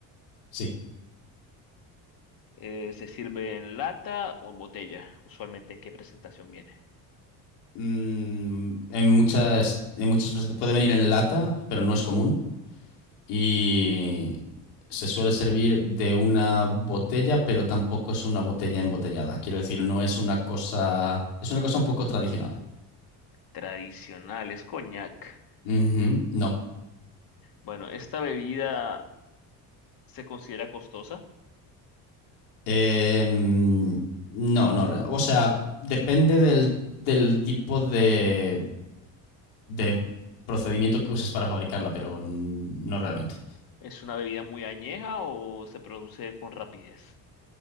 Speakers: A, on the left; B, on the left.
A: Sí.
B: Eh, ¿se sirve en lata o en botella? Usualmente, ¿en qué presentación viene?
A: Mm, en muchas, en muchas presentaciones. Puede venir en lata, pero no es común. y se suele servir de una botella, pero tampoco es una botella embotellada. Quiero decir, no es una cosa, es una cosa un poco tradicional.
B: Tradicional, es coñac.
A: Ujú, no.
B: Bueno, ¿esta bebida se considera costosa?
A: Em, no, no. re- O sea, depende del, del tipo de, de procedimiento que uses para fabricarla, pero n- no realmente.
B: ¿Es una bebida muy añeja o se produce con rapidez?